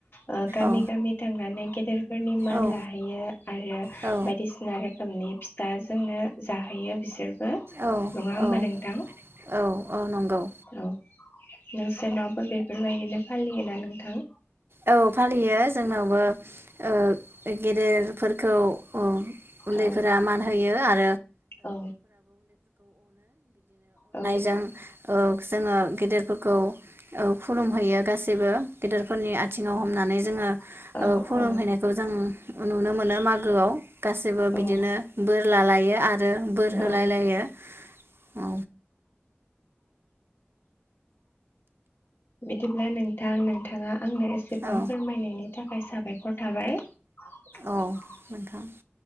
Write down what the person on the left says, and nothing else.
ओ गामि
गामि थांनानै गेद फोरनि मान
लाहैयो आरो
बायदिसिना रोखोमनि फि दा जोंनो जाहैयो बिसोर। ओ
नङा होमबा
नोंथां?
औ नोंसोरनावबो बेफोरबायदिनो फालियोना नोंथां?
औ
औ औ
औ
औ
औ
बिदिब्ला नोंथां नोंथाङा आंनो एसेबां
फोरमायनायनि थाखाय साबायखर थाबाय। <unintelligible>